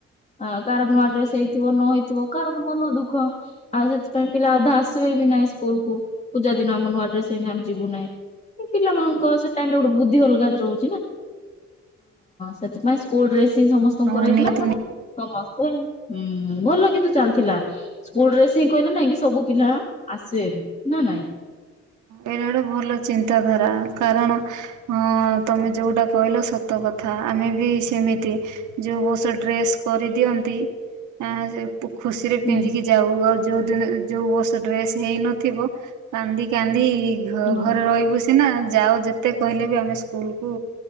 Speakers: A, on the left; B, on the right.
A: ହଁ କାାର ନୂଆ ଡ୍ରେସ୍ ହେଇଥିବ ନ ହେଇଥିବ କ ମନ ଦୁଃଖ ଆଉ ସେଥିପାଇଁ ପିଲା ଅଧା ଆସିବେ ବି ନାଇ ସ୍କୁଲ କୁ ପୂଜା ଦିନ ଆମ ନୂଆଡ୍ରେସରେ ହେଇନ ଆମେ ଯିବୁ ନାହିଁ ପିଲାମାନଙ୍କୁ ସେ ଟାଇମ୍ ରେ ଗୋଟେ ବଦ୍ଧି ହଲଗା ର ହଁ ସେଥିାଇଁ କୋ ଡ୍ରେସ ସମସ୍ତଙ୍କୁ
B: ହଁ
A: କରାଇଥିଲା
B: ନିହାତି
A: ମାନେ ସମସ୍ତ ଓ ହୁଁ ଭଲ କିନ୍ତୁ ଚାଲିଥିଲା ସ୍କୁଲ ଡ୍ରେସ୍ ହିଁ କହିଲ ନାଇଁ କି ସବୁ ପିଲା ଆସିବେ ବି ନା ନାଇଁ
B: ଏଇଟା ଗୋଟେ ଭଲ ଚିନ୍ତାଧାରା କାରଣ। ହଁ ତମେ
A: ହଁ।
B: ଯୋଉଟା କହିଲ ସତ ସତ କଥା ଆମେ ବି ସେମିତି ଯେଉଁ ବଷ ଡ୍ରେସ୍ କରିଦିଅନ୍ତି ଆଁ ଯେ। ତୁ ଖୁସିରେ
A: ହୁଁ
B: ପିନ୍ଧିକି ଯାଉ ଆଉ ଯୋଉ ଦିନ ଯୋଉ ବର୍ଷ ଡ୍ରେସ ହେଇନଥିବ କାନ୍ଦି କାନ୍ଦି ଏଇ ଘ
A: ହଁ
B: ଘରେ ରହିବୁ ସିନା ଯାଅ ଯେତେ କହିଲେ ବି ଆମେ ସ୍କୁଲକୁ